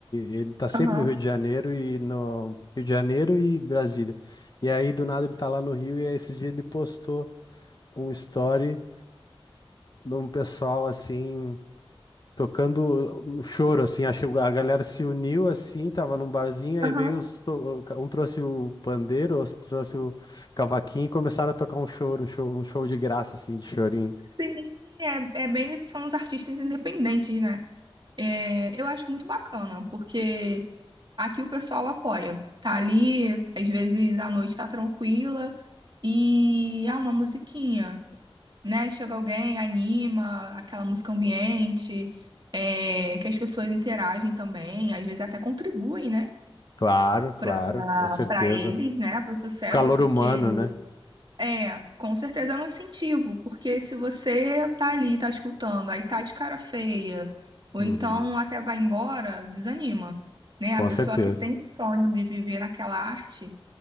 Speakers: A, on the left; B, on the right.
A: ele tá sempre
B: Aham,
A: no Rio de Janeiro e no Rio de Janeiro e Brasília. E aí do nada ele tá lá no Rio e aí, esses dias ele postou um story de um pessoal assim tocando um choro assim, acho que a galera se uniu assim, tava num barzinho aí
B: aham.
A: veio os to- um trouxe o pandeiro, outro trouxe o cavaquinho e começaram a tocar um choro, um show, um show de graça assim, de chorinho.
B: Sim, é, é bem esses são os artistas independentes, né? É, eu acho muito bacana, porque aqui o pessoal apoia. Tá ali, às vezes a noite tá tranquila e há uma musiquinha. né? Chega alguém, anima, aquela música ambiente, é, que as pessoas interagem também, às vezes até contribuem, né?
A: Claro, claro,
B: Para
A: com certeza.
B: para eles, né? Para o sucesso,
A: O calor
B: porque
A: humano, né?
B: é, com certeza é um incentivo, porque se você tá ali, tá escutando, aí tá de cara feia, ou
A: Uhum,
B: então até vai embora, desanima. Né?
A: com
B: A pessoa
A: certeza.
B: que tem sonho de viver naquela arte